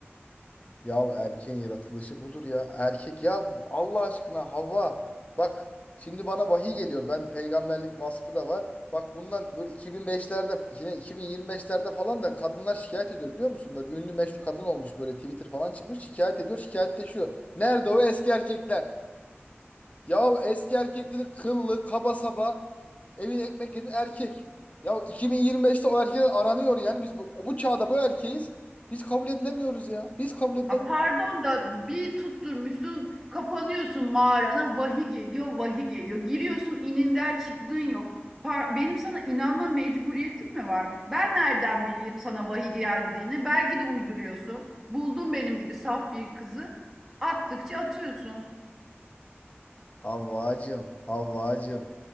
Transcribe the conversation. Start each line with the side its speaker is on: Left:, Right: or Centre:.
Left: Ya erkeğin yaratılışı budur ya. Erkek ya Allah aşkına Havva bak şimdi bana vahiy geliyor. Ben peygamberlik vasfı da var. Bak bundan böyle 2005'lerde yine 2025'lerde falan da kadınlar şikayet ediyor biliyor musun? Böyle ünlü meşhur kadın olmuş böyle Twitter falan çıkmış şikayet ediyor şikayette şu. Nerede o eski erkekler? Ya eski erkek dedi kıllı kaba saba evine ekmek yedi erkek. Ya 2025'te o erkekler aranıyor yani biz bu, bu çağda bu erkeğiz. Biz kabul edilemiyoruz ya. Biz kabul edilemiyoruz.
Centre: A, Pardon da bir tutturmuşsun, kapanıyorsun mağarana, vahiy geliyor, vahiy geliyor. Giriyorsun, ininden çıktığın yok. Par- Benim sana inanma mecburiyetim mi var? Ben nereden bileyim sana vahiy geldiğini? Belki de uyduruyorsun. Buldun benim gibi saf bir kızı. Attıkça atıyorsun.
Left: Havvacım, Havvacım.